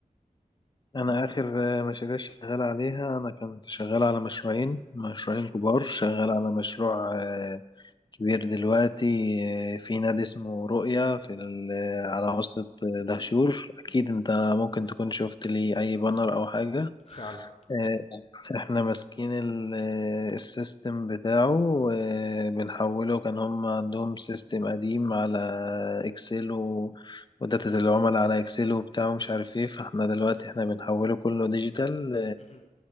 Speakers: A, on the left; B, on the left.
A: انا اخر آه، مشاريع شغال عليها انا كنت شغال على مشروعين مشروعين
B: مهم.
A: كبار شغال على مشروع آه، كبير دلوقتي آه، في نادي اسمه رؤية في ال- آه، على وسط آه، دهشور اكيد انت ممكن تكون شفت لي اي بانر او حاجة
B: فعلا
A: آه، احنا ماسكين ال- آه، السيستم بتاعه وبنحوله كان هم عندهم سيستم قديم على اكسل و... وداتا العملاء على اكسل وبتاع ومش عارف ايه فاحنا دلوقتي احنا بنحوله كله ديجيتال
B: مهم.